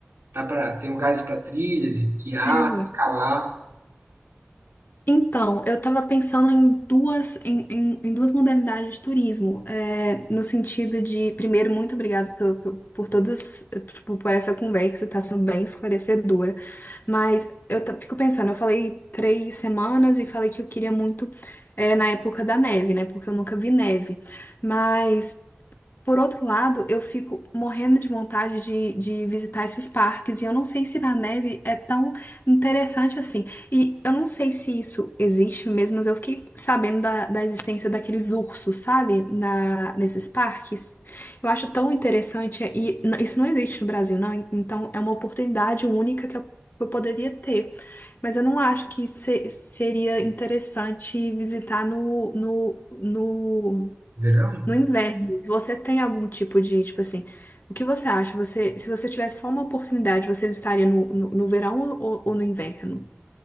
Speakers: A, on the right; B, on the left.
A: Dá pra, tem lugares para trilhas, esquiar,
B: Sim.
A: escalar.
B: Então, eu estava pensando em duas, em, em- em duas modalidades de turismo, é, no sentido de, primeiro, muito obrigada por, por, por todas, eh, tipo, por essa conversa, está sendo bem esclarecedora, mas eu ta- fico pensando, eu falei três semanas e falei que eu queria muito, eh, na época da neve, né, porque eu nunca vi neve, mas por outro lado, eu fico morrendo de vontade de, de visitar esses parques, e eu não sei se na neve é tão interessante assim. E eu não sei se isso existe mesmo, mas eu fiquei sabendo da, da existência daqueles ursos, sabe? Na, nesses parques. Eu acho tão interessante, e n- isso não existe no Brasil, não. Então, é uma oportunidade única que eu, eu poderia ter. Mas eu não acho que se- seria interessante visitar no, no, no
A: Verão?
B: no inverno, você tem algum tipo de, tipo assim, o que você acha? Você, se você tivesse só uma oportunidade, você estaria no, no, no verão ou, ou no inverno?